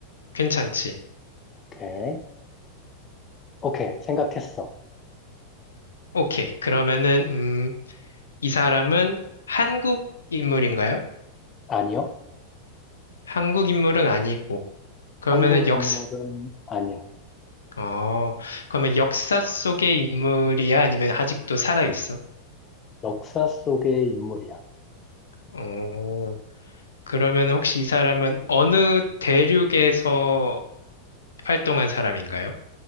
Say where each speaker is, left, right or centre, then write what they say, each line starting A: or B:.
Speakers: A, on the left; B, on the left.
A: 괜찮지.
B: 오케이. 오케이, 생각했어.
A: 오케이. 그러면은, 음, 이 사람은 한국 인물인가요?
B: 아니요.
A: 한국 인물은 아니고. 그러면은
B: 한국
A: 역,
B: 인물은 아니야.
A: 어, 그러면 역사 속의 인물이야? 아니면 아직도 살아있어?
B: 역사 속의 인물이야.
A: 어, 그러면 혹시 이 사람은 어느 대륙에서 활동한 사람인가요?